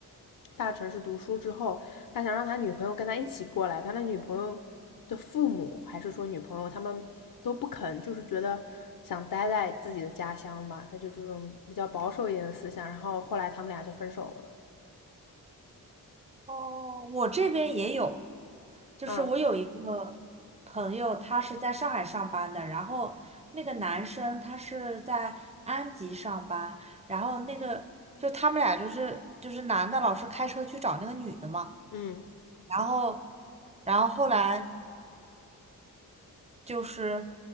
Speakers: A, on the left; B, on the right.
A: 大城市读书之后，他想让他女朋友跟他一起过来，他他女朋友的父母还是说女朋友他们都不肯，就是觉得想待在自己的家乡吧，他就这种比较保守一点的思想。然后后来他们俩就分手了。
B: 哦，我这边也有。就是我有一个朋友，
A: 啊，
B: 他是在上海上班的，然后那个男生他是在安吉上班，然后那个就他们俩就是就是男的老是开车去找那个女的嘛，
A: 嗯，
B: 然后然后后来。就是